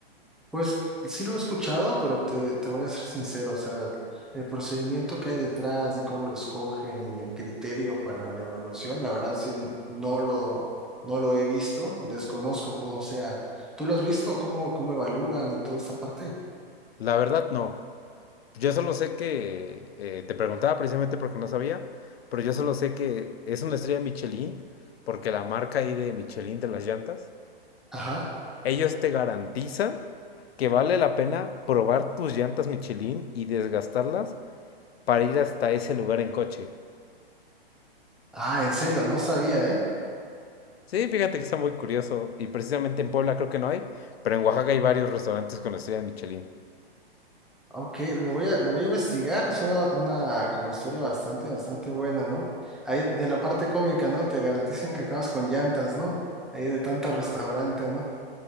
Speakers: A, in the centre; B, on the left.
A: Pues sí lo he escuchado, pero te, te voy a ser sincero, o sea, el procedimiento que hay detrás de cómo lo escogen y el criterio para la evaluación, la verdad sí no no lo, no lo he visto, desconozco cómo sea. ¿Tú lo has visto? ¿Cómo, cómo evalúan y toda esta parte?
B: La verdad, no. Yo solo sé que, eh, te preguntaba precisamente porque no sabía, pero yo solo sé que es una estrella Michelin porque la marca ahí de Michelin de las llantas,
A: Ajá.
B: ellos te garantizan que vale la pena probar tus llantas Michelin y desgastarlas para ir hasta ese lugar en coche.
A: Ah, en serio, no sabía, ¿eh?
B: Sí, fíjate que está muy curioso. Y precisamente en Puebla creo que no hay, pero en Oaxaca hay varios restaurantes con la estrella de Michelin.
A: Ok, lo voy a, lo voy a investigar, es una, una como historia bastante, bastante buena, ¿no? Ahí de la parte cómica, ¿no? Te garantizan que acabas con llantas, ¿no? Ahí de tanto restaurante, ¿no?